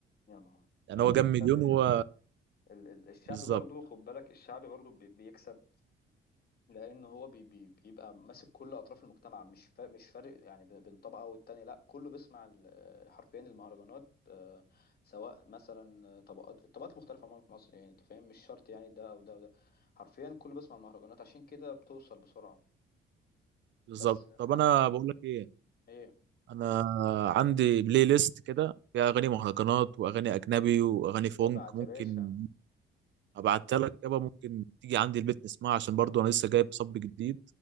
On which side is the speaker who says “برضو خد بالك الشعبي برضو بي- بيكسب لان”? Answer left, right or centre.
Left